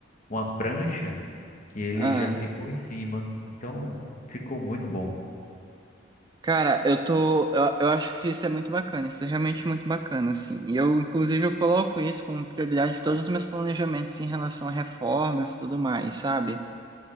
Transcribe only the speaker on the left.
uma prancha que ele
já ficou em cima, então ficou muito bom.